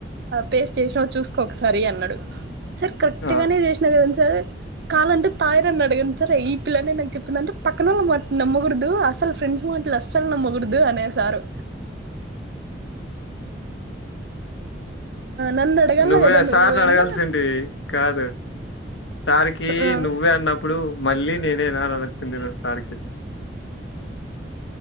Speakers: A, on the right; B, on the left.
A: పేస్ట్ చేసినావో చూసుకో ఒకసారి అన్నాడు సార్ కరెక్ట్
B: ఆ
A: గానే జేసినా కదండి సార్ కాలంటే తాయారని అడగండి సార్ ఎయిట్ పిల్లనే నాకు చెప్పిందంటే పక్కనోళ్ళ మాట నమ్మకూడదు అసల్ ఫ్రెండ్స్ మాటలు అసలు నమ్మకూడదు అనే సారు నన్ను అడగల
B: నువ్వే
A: కదా నువ్వు
B: సార్ని అడగాల్సింటివి
A: అంటే
B: కాదు సార్కి
A: ఆ
B: నువ్వే అన్నప్పుడు మళ్ళీ నేనేనా అని అనాల్సింది నువ్ సార్కి